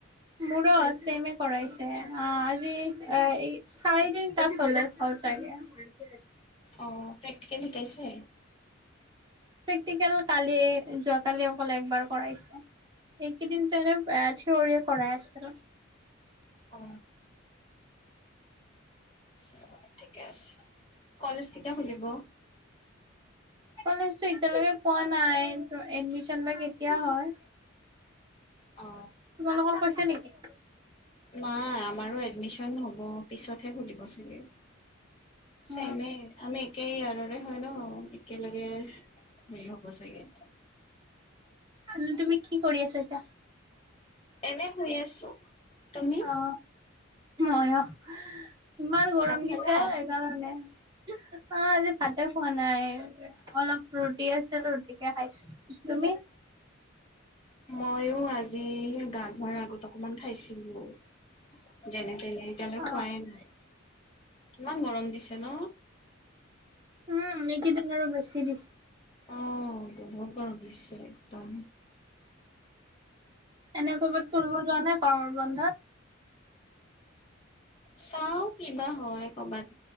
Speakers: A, on the right (about 25°); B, on the left (about 25°).
A: মোৰো চেমে কৰাইছে। অ' আজি অ এই চাৰিদিন ক্লাছ চলে <unintelligible>
B: অ', প্ৰেক্টিকেল শিকাইছে?
A: প্ৰেক্টিকেল কালি যোৱাকালি অকল একবাৰ কৰাইছে। এইকেইদিনটো এনে থিয়ৰি কৰাই আছে আৰু।
B: অ। আচ্ছা ঠিকে আছে। কলেজ কেতিয়া খুলিব?
A: কলেজটো এতিয়ালৈকে কোৱা নাই, এডমিচন বা কেতিয়া হয়?
B: অ।
A: তোমালোকৰ কৈছে নেকি?
B: নাই আমাৰো এডমিচন হ'ব পিছতহে খুলিব চাগে। চেমেই
A: অ
B: আমি একেই ইয়াৰৰে হয় ন একেলগে হেৰি হ'ব চাগে।
A: উম তুমি কি কৰি আছা এতিয়া?
B: এনে শুই আছো। তুমি?
A: অ মইও, ইমান গৰম
B: ভাত
A: দিছে।
B: খালা
A: <unintelligible> আ আজি ভাতে খোৱা নাই অলপ ৰুটি আছিল ৰুটিকে খাইছো। তুমি?
B: মইও আজি ভাত মই আগত অকমান খাইছিলো যেনে তেনে এতিয়ালৈ
A: অ
B: খোৱাই নাই। ইমান গৰম দিছে ন?
A: উম এইকেইদিন আৰু বেছি দিছে।
B: অ বহুত গৰম দিছে একদম।
A: এনে কৰবাত ফুৰিব যোৱা নাই গৰম বন্ধত?
B: চাও কিবা হয় কৰ'বাত